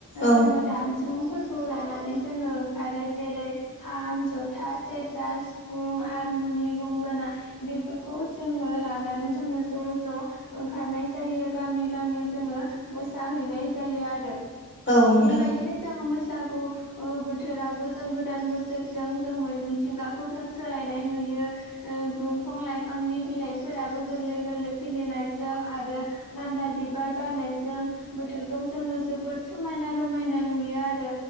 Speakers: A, on the left; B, on the left.
A: औ
B: जोङो दामजुफोर खौ लानानै जोङो ओंखारो। जेरै खाम, जथा, सेरजा, सिफुं, हारमुनि, गंगोना बेफोरखौ जोङो लानानै जोङो ज' ज' ओंखारनाय जायो गामि गामि जोङो मोसाहैनाय जायो आरो।
A: औ नोंथां
B: बेबायदिनो जोङो बैसागु बोथोरावबो जों गोदान बोसोरजों जों मिथिंगाखौ जों सोलायनाय नुयो। दंफां लाइफांनि बिलाइफोराबो गोरलै गोरलै खिलिनायजों आरो मान्दार बिबार बारनायजों बोथोरखौ जोङो जोबोद समायना रमायना नुयो आरो।